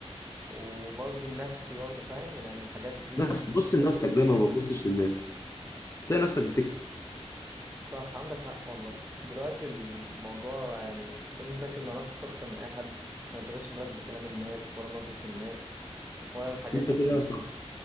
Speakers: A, on the right (about 15°); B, on the left (about 25°).
A: وبرضه النفسي برضه فاهم يعني الحاجات دي
B: نفس بص
A: كويسة
B: لنفسك
A: جدا
B: دايما ما تبصش للناس تلاقي نفسك بتكسب
A: صح عندك حق والله دلوقتي الموضوع يعني لازم تركز مع نفسك أكتر من أي حد وما تشغلش بالك بكلام الناس ولا نظرة الناس ولا الحاجات
B: انت
A: دي
B: كده
A: كلها
B: صح